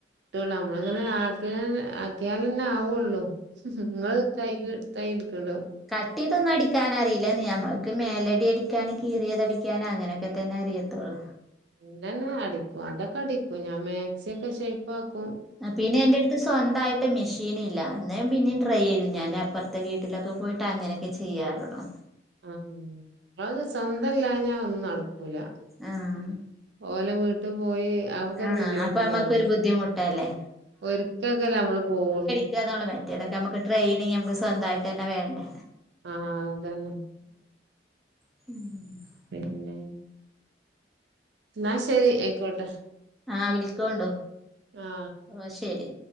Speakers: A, on the right (about 75°); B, in the centre.
A: ട്ടോള്ളൂ നമ്മള് ഇങ്ങനെ ആക്കിയാ ആക്കിയാൽ തന്നെ ആവുള്ളൂ നിങ്ങള്- തയ്യ് <unintelligible> തയ് എടുക്കുണ്ടോ
B: കട്ട് ചെയ്ത് ഒന്ന് അടി - എനിക്ക് അങ്ങനെ അറിയില്ലാന്ന് ഞാൻ പറയും എനിക്ക് മേലഡി അടിക്കാന് കീറിയത് അടിക്കാന് അങ്ങനെയൊക്കെ തന്നെ അറിയത്തൊള്ളൂ
A: എന്റെ തന്നെ അടിക്കും അതൊക്കെ അടിക്കും ഞാൻ മാക്സിയൊക്കെ ഷേപ്പ് ആക്കും
B: ആ ഹ് പിന്നെ എന്റെ അടുത്ത് സ്വന്തായിട്ട്- ട്ട് മെഷീനില്ല അന്നേ പിന്നേം ട്രൈ ചെയ്തു ഞാന് അപ്പുറത്തെ വീട്ടിലൊക്കെ പോയിട്ട് അങ്ങനൊക്കെ ചെയ്യാറുള്ളു
A: ഉം അത് സ്വന്തം അല്ലാഞ്ഞാ ഒന്നും നടക്കൂല
B: ആഹ്
A: ഓല വീട് - ട്ട് പോയി അവക്കൊരു
B: ആഹ്
A: ബുദ്ധിമുട്ടാവൂലേ
B: അപ്പൊ നമ്മക്കൊരു ബുദ്ധിമുട്ടല്ലേ
A: ഒരിക്കെക്കയല്ലേ നമ്മള് പോകുള്ളൂ
B: ള <unintelligible> ഇതൊക്കെ നമുക്ക് ട്രെയിനിങ് നമുക്ക് സ്വന്തമായിട്ട് തന്നെ വേണ്ടേ
A: ആഹ് അത് തന്നെ
B: ഉം <inaudible>
A: പിന്നെ എന്നാ ശരി ആയിക്കോട്ടെ
B: ആഹ് വിളിക്കണുണ്ടോ
A: ആ
B: ആ ശരി